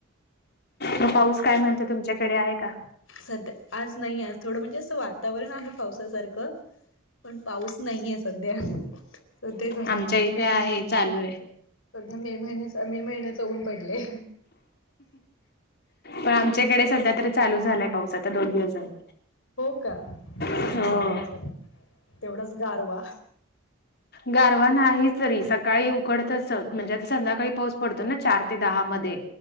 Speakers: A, on the left; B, on the left.
A: मग पाऊस काय म्हणतोय तुमच्याकडे आहे का
B: सध्य आज नाहीय आज थोडं म्हणजे असं वातावरण आहे पाऊस अस सारखं पण पाऊस नाहीये सध्या सध्या ग
A: आमच्या इथे
B: मे
A: आहे चालुआय
B: सध्या मे महिन्या मे महिन्याच ऊन पडलय.
A: पण आमच्याकडे सध्या तरी चालू झालाय पाऊस आता दोन दिवस झाले.
B: हो का चांगला
A: हो.
B: विचार आहे तेवढाच गारवा.
A: गारवा नाही तरी सकाळी उकडत असत म्हणजे आता संध्याकाळी पाऊस पडतो ना चार ते दहा मध्ये.